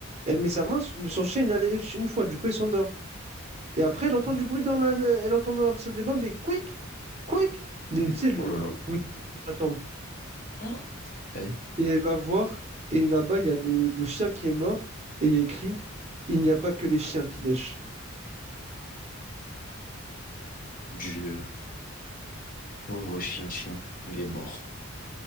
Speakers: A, on the right; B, on the left.
A: Elle met sa main, son son chien, il la lèche une fois. Du coup, elle s'endort. Et après, elle entend
B: Ouais.
A: du bruit dans la... Elle entend dans la salle de bain des quick, quick. Des,
B: Oui.
A: tu sais, le,
B: Oh là
A: le
B: là.
A: bruit quand ça tombe.
B: Oh. Ouais.
A: Et elle va voir, et là-bas, il y a le, le chien qui est mort, et il y a écrit, il n'y a pas que les chiens qui lèchent.
B: Dieu. Pauvre chien, chien. Il est mort.